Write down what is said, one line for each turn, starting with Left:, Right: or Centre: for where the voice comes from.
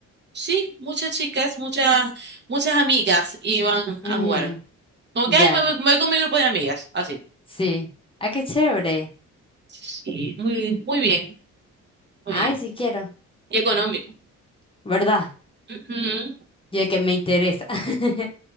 Right: sí, muchas chicas, muchas, muchas amigas iban
Left: Ujú,
Right: a jugar. Como
Left: Ya,
Right: que, ay, me voy, me voy con mi grupo de amigas, así.
Left: sí. Ay, qué chévere.
Right: Sí, muy, muy bien, muy
Left: Ay,
Right: bien.
Left: sí quiero,
Right: Y económico.
Left: ¿verdad?
Right: Ujú.
Left: Yo de que me interesa. <laughs>